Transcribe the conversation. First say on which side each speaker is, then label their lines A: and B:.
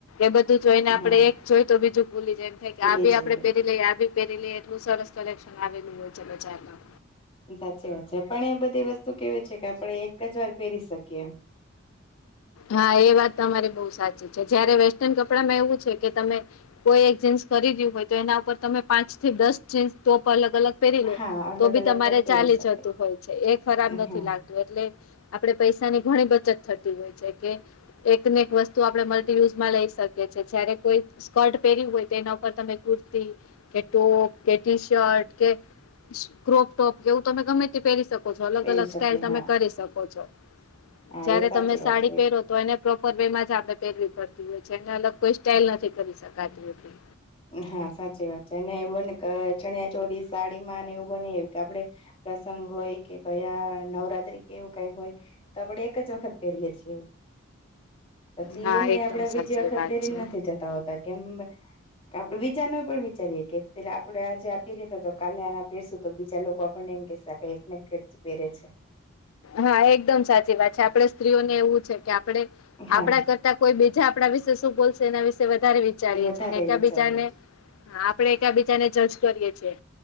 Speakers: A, on the left; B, on the left.
A: એ બધું જોઈ ને આપડે
B: હા
A: એક જોઈ તો બીજું ભૂલી જાય એમ થાય કે
B: ભૂલી
A: આ બી
B: જઈએ
A: આપણેે પહેરી લઈએ આ બી પહેરી લ એટલું સરસ કલેક્શન આવેલું હોય છે બ ચારમાં
B: સાચી વાત છે પણ એ બધી વસ્તુ કેવી છે કે આપણે એક જ વાર પહેરી શકીએ.
A: હા એ વાત તમારી બહુ સાચી છે જયારે વેસ્ટર્ન કપડામાં એવું છે કે તમે કોઈ એક જીન્સ ખરીદ્યું હોય તો એના ઉપર તમે પાંચ થી દસ જીન્સ ટોપ અલગ અલગ પહેરી લો
B: હા અલગ
A: તો બી
B: અલગ
A: તમારે
B: ટોપ પહેરી
A: ચાલી
B: શકે
A: જતું હોય છે એ ખરાબ નથી
B: હા
A: લાગત એટલે આપડે પૈસાની ઘણી બચત થતી હોય છે. કે એકને એક વસ્તુ આપણે મલ્ટીયુઝમાં લઈ શકીએ છેએ જયારે કોઈ સ્કર્ટ પહેર્યું હોય તો એના ઉપર તમે કુર્તી કે ટોપ કે ટી શર્ટ કે ક્રોપ ટોપ કેવું તમે ગમે તે પહેરી શકો અલગ
B: પહેરી
A: અલગ
B: શકે
A: સ્ટાઈલ તમે
B: હા
A: કરી શકો છો
B: હા
A: જયારે
B: એ સાચી
A: તમે સાડી
B: વાત છે
A: એ પ્રોપર વેમાં જ આપણે પહેરવી પડતી હોય છે એને અલગ કોઈ સ્ટાઈલ નથી કરી શકાતી.
B: હા સાચી વાત છે અને બને ચણિયા ચોલી સાડીમાં ને એવું બને કે આપડે પ્રસંગ હોય કે કયા નવરાત્રી કેવું કઈ હોય તો આપડણે એક જ વખત પહેરીએ છીએ એ. પછી
A: હા
B: એને
A: એકદમ
B: આપડે બીજી
A: સાચી
B: વખત
A: વાત
B: પહેરીને
A: છે.
B: નથી જતા હોતા કેમ આપડે બીજા નું પણ વિચારીએ કે પેલા આપડે આજે આપી દેતો હતો કાલે આપડે આને આ પહેરશું તો બીજા લોકો આપણને કે એકને એક પેરે છે.
A: હા એકદમ સાચી વાત છે આપણે સ્ત્રીઓને એવું છે કે આપણે
B: હા
A: આપણા કર કોઈ બીજા આપણા વિશે શું બોલશે એના વિશે વધારે વિચારીએ
B: વધારે
A: છે એક
B: વિચારીએ
A: બીજાને
B: છે
A: હા આપડે એક બીજાને જજ કરીએ છીએ